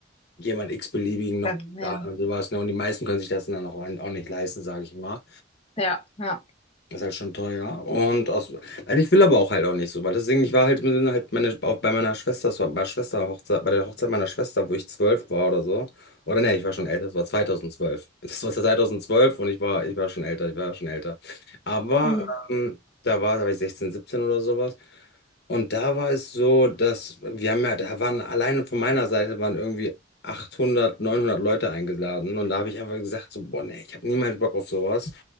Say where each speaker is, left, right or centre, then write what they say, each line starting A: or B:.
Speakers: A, on the left; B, on the left.
A: jemand x-beliebigen noch.
B: ja, ja,
A: zahlen Und sowas, ne? Und die meisten können sich das dann auch, auch nicht leisten, sage ich mal.
B: ja. ja.
A: Das ist halt schon teuer. Und aus, also ich will aber auch halt auch nicht so, weil deswegen, ich war halt, mit, halt meine, auch bei meiner Schwester, bei meiner Schwester Hochzeit, bei der Hochzeit meiner Schwester, wo ich zwölf war oder so. Oder nee, ich war schon älter, das war 2012. <laughs> Das war 2012 und ich war, ich war schon älter, ich war schon älter. Aber
B: Mhm.
A: ähm, da war, da war ich 16 17 oder sowas. Und da war es so, dass wir haben ja, da waren alleine von meiner Seite waren irgendwie 800 900 Leute eingeladen. Und da habe ich einfach gesagt, so, boah, nee, ich habe niemals Bock auf sowas.